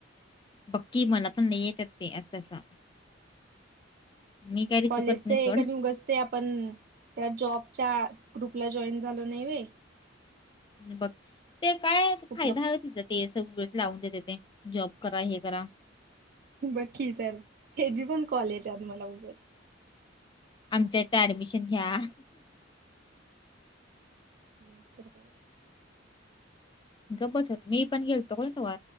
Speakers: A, on the left (about 25°); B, on the right (about 50°).
A: बघ की मला पण नाही येत्यात ते असं असं मी काय रिसिव्ह
B: कॉलेजचं
A: करत नाही
B: एक
A: सोड
B: आणि उगाच ते आप पण त्या जॉबच्या ग्रुपला जॉईन झालो नाय व्हय
A: बघ ते काय फायदा
B: कुठलं
A: हाय व्हय तिच्यात? ते सगळे लावून देत्याते जॉब करा हे करा
B: बघ की तर ह्याची पण कॉलेजात मला उगच
A: आमच्या इथे ऍडमिशन घ्या?
B: नाही तर काय?
A: गप बसत मी पण गेलतो को तवा